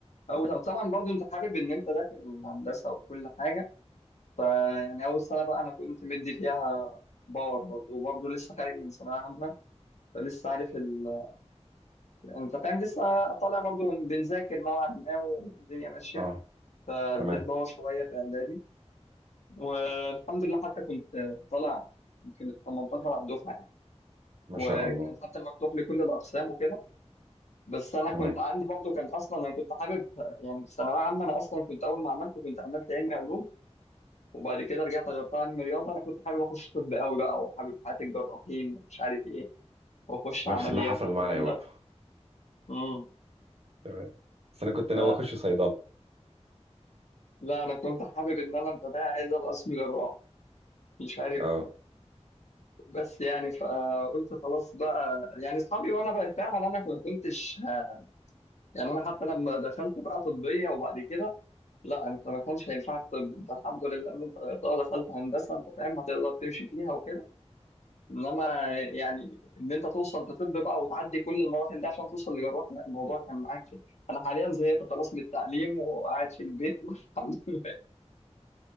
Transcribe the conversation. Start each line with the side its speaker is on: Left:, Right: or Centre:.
Left: أول طبعا برضو أنت حابب إن أنت داخل الهندسة وكل حاجة فيعني أول سنة بقى أنا كنت مدي فيها باور برضه وبرضه لسه خارج من ثانوية عامة فلسه عارف ال... أنت فاهم لسه طالع برضه بنذاكر نوعا ما والدنيا ماشية
Right: اه
Left: فاديت
Right: تمام
Left: باور شوية في إعدادي والحمد لله حتى كنت طالع يمكن ال 18 على الدفعة يعني
Right: ما
Left: وكان
Right: شاء الله
Left: حتى مفتوح لكل الأقسام وكده بس أنا
Right: تمام
Left: كنت عندي برضه كان أصلا أنا كنت حابب يعني في ثانوية عامة أنا أصلا كنت أول ما عملت كنت عملت علمي علوم وبعد كده رجعت غيرتها علم رياضه انا كنت حابب اخش طب قوي بقى وحابب حياه الجراحين مش عارف ايه واخش
Right: نفس
Left: عمليات
Right: اللي حصل
Left: والكلام
Right: معايا برضه
Left: ده امم
Right: تمام بس انا كنت
Left: ف
Right: ناوي اخش صيدلة
Left: لا انا كنت حابب ان انا انت عايز ابقى اسمي جراح مش عارف
Right: اه
Left: بس يعني فقلت خلاص بقى يعني اصحابي وانا بقى فعلا انا ما كنتش ه- يعني انا حتى لما دخلت بقى طبيه وبعد كده لا انت ما كانش هينفعك طب انت الحمد لله ان انت غيرتها ودخلت هندسه انت فاهم هتقدر تمشي فيها وكده انما يعني ان انت توصل في طب بقى وتعدي كل المراحل دي عشان توصل لجراح لا الموضوع كان معاك فيه. انا حاليا زهقت خلاص من التعليم وقاعد في البيت <laughs> والحمد لله